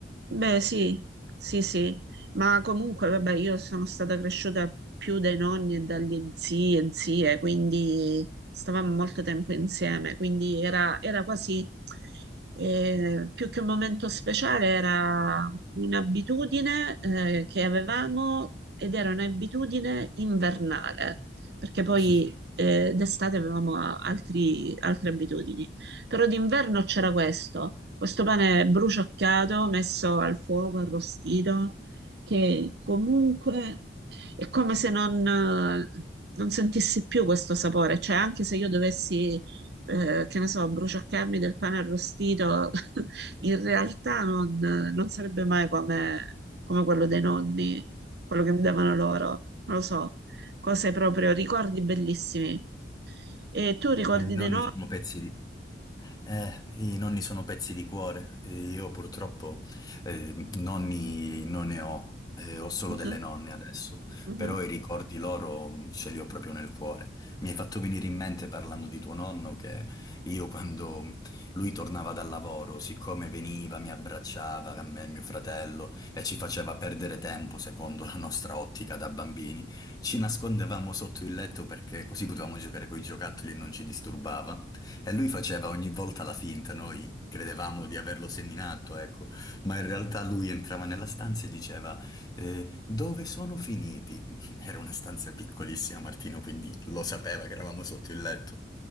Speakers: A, on the right; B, on the left.
A: Beh, sì, sì, sì, ma comunque, vabbè, io sono stata cresciuta più dai nonni e dagli zii e zie, quindi stavamo molto tempo insieme, quindi era, era quasi, eh, più che un momento speciale, era un'abitudine, eh, che avevamo ed era un'abitudine invernale, perché poi,
B: <laughs>
A: eh, d'estate avevamo altri- altre abitudini, però d'inverno c'era questo. Questo pane bruciacchiato, messo al fuoco, arrostito, che comunque è come se non, non sentissi più questo sapore. Cioè, anche se io dovessi, eh, che ne so, bruciacchiarmi del pane arrostito, <laughs> in realtà non, non sarebbe mai come, come quello dei nonni, quello che mi davano loro. Non lo so, cose proprio, ricordi bellissimi. E tu ricordi
B: Eh, I nonni
A: dei nonni?
B: sono pezzi di, Eh, i nonni sono pezzi di cuore, e io purtroppo eh, nonni non ne ho, eh, ho solo
A: Mhm,
B: delle nonne adesso,
A: mhm,
B: però i ricordi loro mh, ce li ho proprio nel cuore. Mi hai fatto venire in mente parlando di tuo nonno che io quando lui tornava dal lavoro, siccome veniva, mi abbracciava, a me e mio fratello, e ci faceva perdere tempo secondo la nostra ottica da bambini, ci nascondevamo sotto il letto perché così potevamo giocare con i giocattoli e non ci disturbava. E lui faceva ogni volta la finta, noi credevamo di averlo seminato, ecco, ma in realtà lui entrava nella stanza e diceva eh, dove sono finiti? <laughs> Era una stanza piccolissima, Martino, quindi lo sapeva che eravamo sotto il letto.